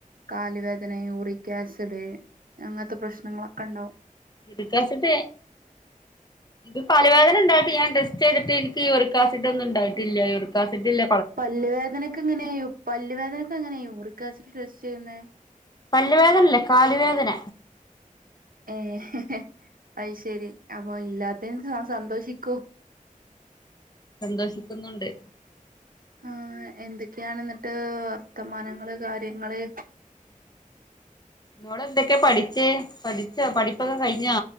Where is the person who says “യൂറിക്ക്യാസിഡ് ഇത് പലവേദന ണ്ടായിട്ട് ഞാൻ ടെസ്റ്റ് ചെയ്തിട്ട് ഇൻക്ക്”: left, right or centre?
Left